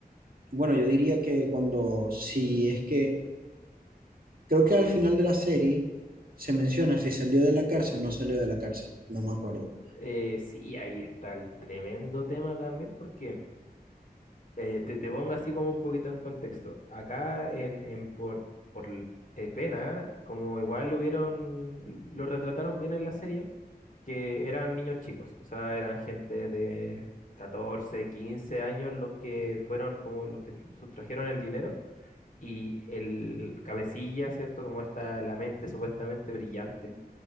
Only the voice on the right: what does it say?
bueno, yo diría que cuando, si es que, creo que al final de la serie se menciona si salió de la cárcel o no salió de la cárcel, no me acuerdo.